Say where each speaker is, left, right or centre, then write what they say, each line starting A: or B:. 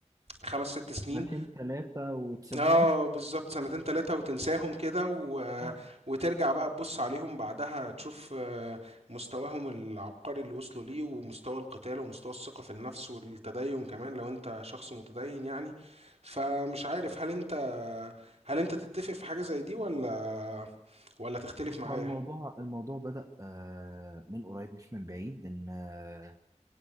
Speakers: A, on the right; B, on the right.
A: خمس ست سنين
B: سنتين ثلاثة وتسيبهم
A: اه بالظبط سنتين تلاتة وتنساهم كده و...
B: آه،
A: وترجع بقى تبص عليهم بعدها تشوف آه، مستواهم العبقري اللي وصلوا ليه ومستوى القتال ومستوى الثقة في النفس والتدين كمان لو انت شخص متدين يعني فمش عارف هل انت هل انت تتفق في حاجة زي دي ولا ولا تختلف
B: بص
A: معايا
B: هو الموضوع الموضوع بدأ آه، من قريب مش من بعيد إن آه،